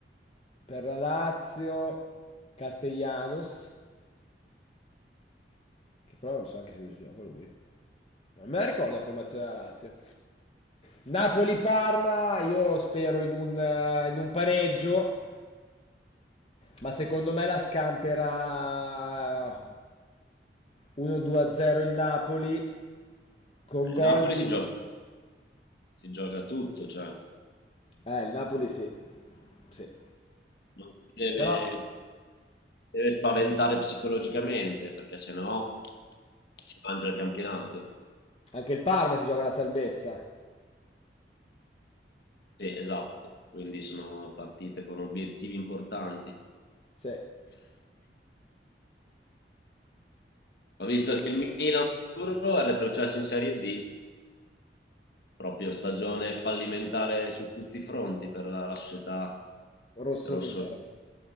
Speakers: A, on the left (about 35°); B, on the left (about 60°).
A: per la Lazio, Castellanos, che però non so anche se lui gioca lui. Non me la ricordo la formazione della Lazio. Napoli-Parma, io spero in un, eh, in un pareggio. Ma secondo me la scamperà 1-2-0 il Napoli con gol
B: Il Napoli
A: di...
B: si gioca, si gioca tutto, cioè
A: Eh, il Napoli sì, sì.
B: non si deve,
A: Però
B: deve spaventare psicologicamente, perché sennò si mangia il campionato.
A: Anche il Parma si gioca la salvezza.
B: Sì, esatto, quindi sono partite con obiettivi importanti.
A: Sì.
B: Ho visto che il Milan è retrocesso in Serie D, proprio stagione fallimentare su tutti i fronti per la, la società
A: Rossonera.
B: rosso.